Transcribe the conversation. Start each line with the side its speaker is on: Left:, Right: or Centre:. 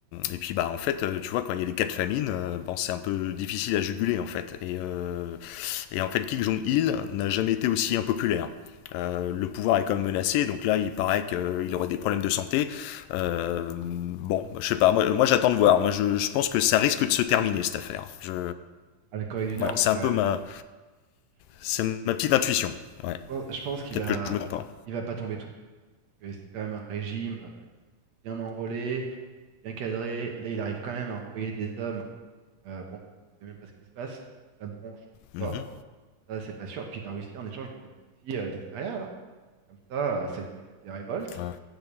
Left: et puis, bah, en fait, euh, tu vois, quand il y a des cas de famine, euh, bon, c'est un peu difficile à juguler, en fait. Et euh, et en fait, Kim Jong-il n'a jamais été aussi impopulaire. Euh, le pouvoir est quand même menacé, donc là il paraît qu'il aurait des problèmes de santé. Euh, bon, bah, je sais pas, moi, moi j'attends de voir. Moi je, je, pense que ça risque de se terminer cette affaire. Je...
Right: Ah, la Corée du
Left: Voilà,
Right: Nord, c'est
Left: c'est un
Right: quand
Left: peu
Right: même
Left: ma, c'est ma petite intuition. Ouais,
Right: pen- Je pense qu'il
Left: peut-être
Right: va,
Left: que je me trompe.
Right: il va pas tomber tout de suite. hein, parce que c'est quand même un régime. euh, Ils sont bien enrôlés, ils sont bien cadrés. Là, il arrive quand même à envoyer des hommes. euh, bon, on sait même pas ce qui se passe. Est-ce que ça bronche ou
Left: Mm
Right: pas?
Left: -hmm.
Right: Ça, c'est pas sûr. Puis la Russie, en échange, lui donne aussi euh, des céréales. hein. Comme ça, euh, ça lui évite les révoltes.
Left: Ouais,